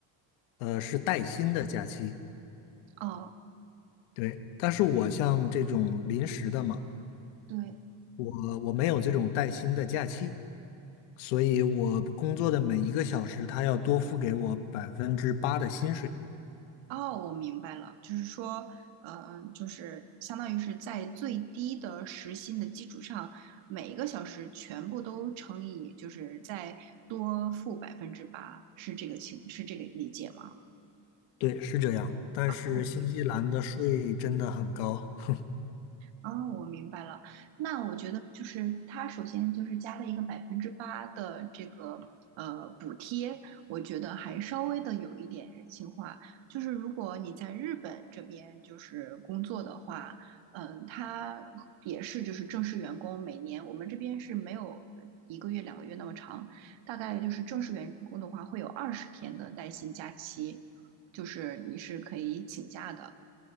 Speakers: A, on the left; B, on the right.
A: 呃，是带薪的假期。
B: 哦，
A: 对，但是我像这种临时的嘛，
B: 对。
A: 我我没有这种带薪的假期，所以我工作的每一个小时，他要多付给我百分之八的薪水。
B: 哦，我明白了，就是说，嗯，就是相当于是在最低的时薪的基础上，每一个小时全部都乘以，就是再多付百分之八，是这个情，是这个理解吗？
A: 对，是这样。但是新西兰的税真的很高
B: 哦，
A: <laughs>，哼
B: 哦，我明白了。那我觉得就是它首先就是加了一个百分之八的这个呃补贴，我觉得还稍微的有一点人性化。就是如果你在日本这边就是工作的话，嗯、它也是就是正式员工，每年我们这边是没有呃一个月两个月那么长，大概就是正式员工的话会有二十天的带薪假期，就是你是可以请假的。